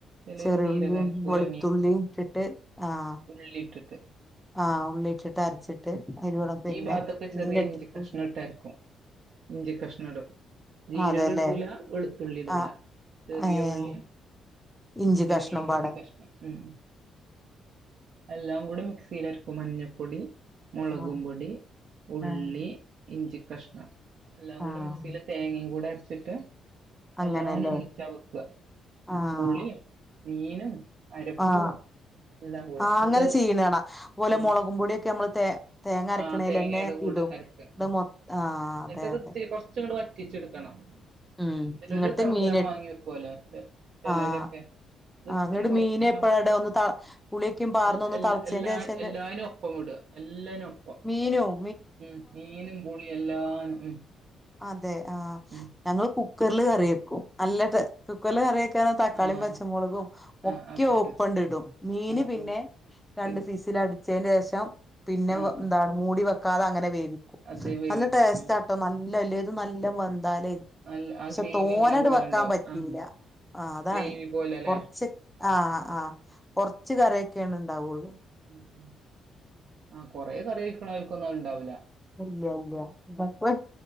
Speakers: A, on the right; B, in the centre.
A: ചിലര്
B: ചെറിയുള്ളിയും
A: ജീരകം അരക്കൂല
B: വെളുത്തുള്ളിയും ഇട്ടിട്ട് ആഹ്
A: ഉള്ളിട്ടിട്ട്
B: ആഹ് ഉള്ളിട്ടിട്ട് അരച്ചിട്ട് അയിലൂടെ പിന്നെ
A: ഈ ഭാഗത്തൊക്കെ
B: മീൻ
A: ചെറിയ
B: ഇട്ടിട്ടു
A: ഇഞ്ചി കഷ്ണം ഇട്ടരക്കും ഇഞ്ചി കഷ്ണം ഇടും ജീരകം
B: അതല്ലേ
A: ഇടൂല വെളുത്തുള്ളി ഇടൂല
B: ആഹ്
A: ചെറിയ
B: ഏഹ്
A: ഉള്ളിം
B: ഇഞ്ചി
A: പിന്നെ
B: കഷ്ണം
A: ഈ
B: പാടെ
A: ഇഞ്ചി കഷ്ണം ഉം എല്ലാം കൂടെ മിക്സിയിലരക്കും മഞ്ഞപ്പൊടി
B: ആഹ്
A: മുളകും പൊടി ഉള്ളി
B: ആഹ്
A: ഇഞ്ചി കഷ്ണം എല്ലാം കൂടി
B: ആഹ്
A: മിക്സിയില് തേങ്ങയും കൂടെ അരച്ചിട്ട്
B: അങ്ങനെല്ലേ
A: എല്ലാനും ഒന്നിച്ചാ വെക്കുക
B: ആഹ്
A: പുളിയും മീനും അരപ്പും
B: ആഹ്
A: എല്ലാം കൂടെ
B: ആഹ്
A: എന്നിട്ട്
B: അങ്ങനെ ചെയ്യണ് കാണാ അതുപോലെ
A: ആഹ്
B: മുളകും പൊടിയൊക്കെ നമ്മള് തേ തേങ്ങ അരക്കണേലന്നെ
A: ആഹ് തേങ്ങയുടെ കൂടെ
B: ഇടും
A: അരക്കാ.
B: ഇത്
A: ഇന്നട്ടത്
B: മൊ ആഹ് അതെ അതെ
A: ഒത്തിരി കൊറർച്ച് ങ്ങട് വ റ്റിച്ച്ട്ക്കണം.
B: ഉം
A: ചെലോരത്
B: ഇങ്ങട്ട്
A: തളച്ചാ
B: മീന്
A: വാങ്ങി വെക്ക്വോല്ലോ. ചെ ചെലരൊക്കെ
B: ആഹ്
A: ഇത്
B: ആഹ്
A: ഇത്തിരി
B: ഇങ്ങട്ട്
A: കൊറച്ച്
B: മീന്
A: ഇങ്ങനെ
B: എപ്പഴാ
A: വ
B: ഇടാ ഒന്ന് ത പുളിയൊക്കെ പാർന്ന്
A: എൽ
B: ഒന്ന്
A: എൽ
B: തളച്ചേന്റെശല്ലേ
A: എല്ലാ എല്ലായിനും ഒപ്പം വിടാ. എല്ലനും ഒപ്പം.
B: മീനും.
A: ഉം മീനും പുളി എല്ലാനും ഉം
B: അതെ ആഹ്
A: ഉം
B: ഞങ്ങള് കുക്കർല് കറി വെക്കും. നല്ല ടേ കുക്കറ്ല് കറി വെക്കാണെ തക്കാളിം
A: ആഹ്
B: പച്ച മുളകും ഒക്ക്യെ
A: ആഹ് ആക്കട്ടെ
B: ഒപ്പണ്ടിടും. മീന്
A: ആഹ്
B: പിന്നെ
A: ആഹ്
B: രണ്ട്
A: പിൻ
B: വിസിലട് ച്ചേൻ്റേഷം പിന്നെ
A: ആഹ്
B: വ എന്താണ്
A: ആഹ്
B: മൂടി വെക്കാതെ അങ്ങനെ വേവിക്കും
A: അത് വേവിക്കും
B: നല്ല ടേസ്റ്റാ
A: ഉം
B: ട്ടൊ നല്ല എല്ലേതും നല്ല വെന്താലേ.
A: നല്ല ആ
B: പക്ഷെ
A: ഗ്രേവി
B: തോനട്
A: ഇങ്ങനെ പോലെ
B: വെക്കാൻ
A: ഉണ്ടാവും
B: പറ്റൂല
A: ആഹ്
B: ആഹ് അതാണ്.
A: ഗ്രേവി പോലെല്ലേ
B: കൊർച്ച് ആഹ് ആഹ് കൊർച്ച് കറിയൊക്കേണ് ഉണ്ടാവൊള്ളൂ.
A: ഉം ഉം ആഹ് കൊറെ കറി ഒഴിക്ക്ണാൽക്കൊന്നും അത്ണ്ടാവൂല്ല.
B: ഇല്ല്യ ഇല്ല്യ വെക് വെ